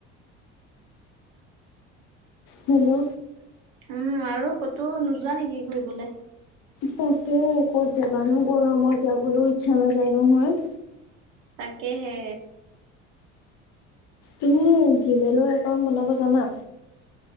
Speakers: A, on the left; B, on the right.
A: হয় না।
B: উম আৰু ক'তো নোযোৱা নেকি ঘূৰিবলে?
A: তাকে কত যাবা নো? গৰমত যাবলৈও ইচ্ছা নাযায় নহয়।
B: তাকেহে।
A: তুমি জিমেইলৰ একাউণ্ট বনাব জানা?